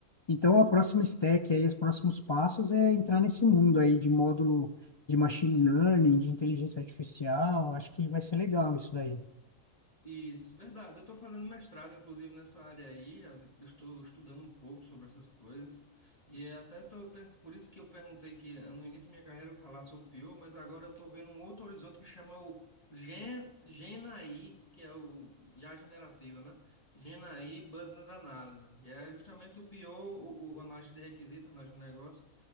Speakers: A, on the left; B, on the left.
A: Então, a próxima stack, aí, os próximos passos é entrar nesse mundo aí de módulo de machine learning, de inteligência artificial. Acho que vai ser legal isso daí.
B: Isso, verdade. Eu estou fazendo mestrado, inclusive, nessa área aí. Eu estou estudando um pouco sobre essas coisas. E até tô, pens- por isso que eu perguntei que eh, no início da minha carreira eu falar sobre PIO, mas agora eu estou vendo um outro horizonte que chama o Gen, GenAI, que é o IA generativa, né? GenAI Business Analysis. E é justamente o PIO, o, o o análise de requisitos, análise de negócio